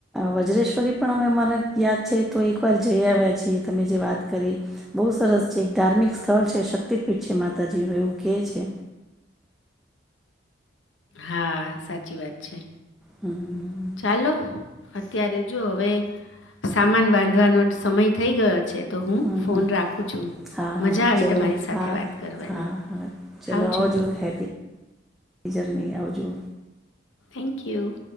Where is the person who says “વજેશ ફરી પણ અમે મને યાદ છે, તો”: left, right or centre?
Centre